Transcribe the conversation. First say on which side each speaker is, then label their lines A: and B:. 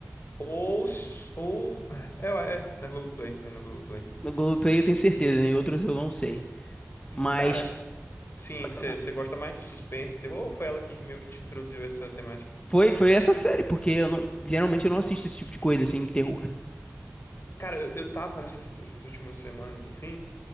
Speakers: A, on the left; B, on the left.
A: Ou, s- ou... É, é, é, na Globoplay, é na Globoplay.
B: No Globoplay eu tenho certeza, né? em outros eu não sei. Mas
A: Cara, se- sim,
B: Pode
A: você
B: falar.
A: gosta mais de suspense, terror, ou foi ela que meio que te introduziu essa temática?
B: foi, foi essa série, porque eu não- geralmente eu não assisto esse tipo de coisa, assim, terror.
A: Cara, eu, eu tava nessas essas últimas semanas, assim,